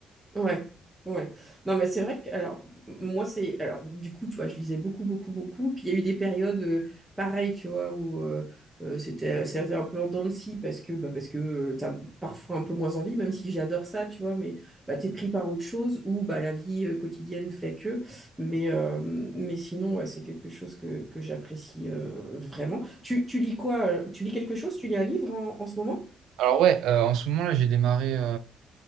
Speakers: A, in the centre; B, on the right (about 85°).
A: Ouais, ouais. Non, mais c'est vrai que, alors, moi, c'est, alors, du coup, tu vois, je lisais beaucoup, beaucoup, beaucoup. Puis il y a eu des périodes euh, pareilles, tu vois, où euh, euh, c'était, c'était un peu en dents de scie parce que, bah, parce que euh, t'as parfois un peu moins envie, même si j'adore ça, tu vois, mais bah, t'es pris par autre chose ou bah, la vie euh, quotidienne fait que. Mais, euh, mais sinon, ouais, c'est quelque chose que, que j'apprécie euh, vraiment. Tu, tu lis quoi? euh, Tu lis quelque chose? Tu lis un livre en, en ce moment?
B: Alors ouais, euh, en ce moment là, j'ai démarré.